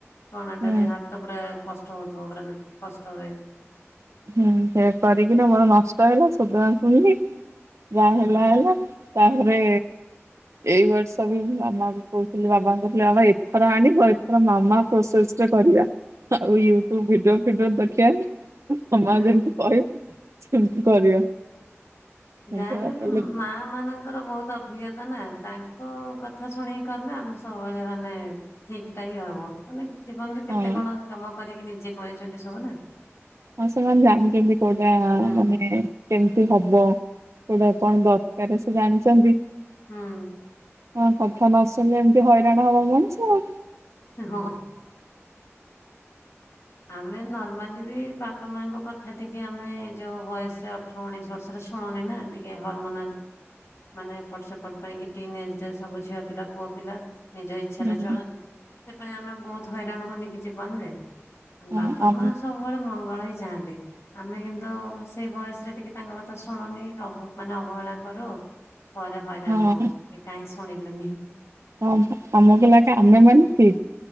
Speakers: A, on the left; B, on the right.
A: କଣ ଆଣ୍ଡ
B: ହୁଁ
A: ହାତ ହାତ ପୁରା କଷ୍ଟ ହଉଥିବ ପୁରା କଷ୍ଟ ହୁଏ।
B: ହୁଁ ସେ କରିକିନା ମୋର ନଷ୍ଟ ହେଲା ସୁଧନା ଶୁଣିଲି ଯାହା ହେଲା ହେଲା। ତାପରେ ଏଇ ବର୍ଷ ବି ମାମା କୁ କହୁଥିଲି ବାବାଙ୍କୁ କହିଥିଲେ ବାବା ଏଥର ଆଣିବ ଏଥର ମାମା ପ୍ରସେସ୍ କରିବା ଆଉ ୟୁଟୁବ ଭିଡିଓ ଫିଡିଓ ଦେଖିବାନି ସମ
A: ହୁଁ
B: ଯେମତି କହିବ ସେମିତି କରିବା। ହଁ
A: ଜାଣିଲେ
B: ସେୟା
A: ବି
B: କଲେ
A: ମା ମାନେ ତାଙ୍କର ବହୁତ୍ ଅଭିଜ୍ଞତା ନା ତାଙ୍କ କଥା ଶୁଣିକି କଲେ ଆମେ ସବୁବେଳେ ମାନେ ଠିକ୍ ଟା ହିଁ ହବ ମାନେ କିଛି ଜୀବନରେ କେତେ
B: ହଁ
A: କଣ କାମ କରିକି ନିଜେ କରିଛନ୍ତି ସବୁ ନା।
B: ହଁ ସେମାନେ ଜାଣିଛନ୍ତି କୋଉଟା
A: ହୁଁ
B: ମାନେ କେମିତି ହବ। କଉଟା କଣ ଦରକାର୍ ସେ ଜାଣିଛନ୍ତି।
A: ହଁ।
B: ହଁ କଥା ନ ଶୁଣିଲେ ଏମିତି ହଇରାଣ ହବ ମଣିଷ ଆଉ।
A: ହଁ। ଆମେ ନର୍ମାଲି ବି ବାପା ମାଙ୍କ କଥା ଟିକେ ଆମେ ଏଇ ଯୋଉ ବୟସର ଅଠର ଉଣେଇଶ ବର୍ଷରେ ଶୁଣୁନି ନା ଟିକେ ହରମୋନାଲ୍ ମାନେ ଏପଟ ସେପଟ ପାଇଁ କି ଟିନ୍ ଏଜ୍ ରେ ସବୁ ଝିଅ ପିଲା ପୁଅ ପିଲା। ନିଜ ଇଚ୍ଛାରେ
B: ହୁଁ
A: ଚଳନ୍ତି ସେପାଇଁ ଆମେ ବହୁତ୍ ହଇରାଣ ହଉନି କି ଜୀବନ ରେ।
B: ହଁ
A: ବାପା
B: ଆମ
A: ମା ସବୁବେଳେ ମଙ୍ଗଳ ହିଁ ଚାହାନ୍ତି। ଆମେ କିନ୍ତୁ ସେଇ ବୟସରେ ଟିକେ ତାଙ୍କ କଥା ଶୁଣୁନି ମାନେ ଅବହେଳା କରୁ। ପରେ ହଇରାଣ
B: ହଁ
A: ହଉ ଏ କାହିଁ ଶୁଣିଲୁନି।
B: ହଁ ଆମକୁ ଲାଗେ ଆମେ ମାନେ ଠିକ୍।